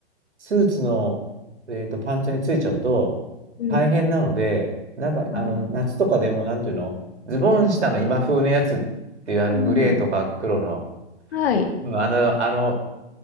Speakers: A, on the right (about 75°); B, on the left (about 60°).
A: スーツの、えっと、パンツについちゃうと、
B: うん、
A: 大変なので、なんか、
B: あー、
A: あの、夏とかでも、なんていうの、ズボン下の今風のやつっていう、あの、
B: うん、
A: グレーとか黒の、
B: はい、
A: うん、あの、あの、